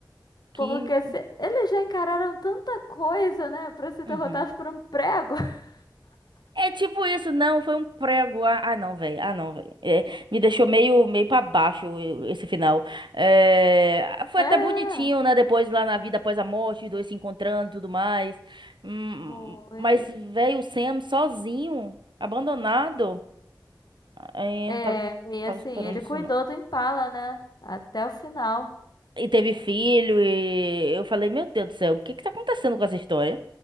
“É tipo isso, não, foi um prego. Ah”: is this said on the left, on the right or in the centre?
Right